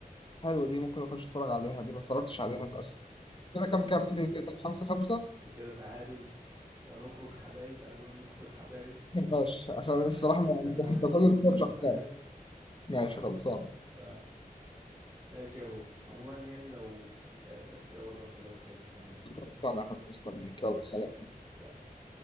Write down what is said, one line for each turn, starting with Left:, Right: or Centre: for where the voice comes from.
Left: حلو دي ممكن اخش اتفرج عليها دي ما اتفرجتش عليها للاسف كده كام
Right: ممكن
Left: كام دي كسب
Right: آه،
Left: خمسة خمسة
Right: لو كده تعادل ونخرج حبايب انا بقول نخرج حبايب
Left: ماشي عشان
Right: <laughs>
Left: الصراحة ما
Right: عشان انا
Left: <laughs>
Right: عندي
Left: انت كل
Right: شغل
Left: ده
Right: وانت
Left: شخصانة
Right: عارف
Left: ماشي خلصانة
Right: ف ماشي يا بوب عموما يعني لو فضيت اي وقت كده برضه اكلمك كده نكمل
Left: خلصانة يا حبيبي استنيك
Right: نكمل حاجة
Left: يلا سلام
Right: ماشي يا حبيبي سلام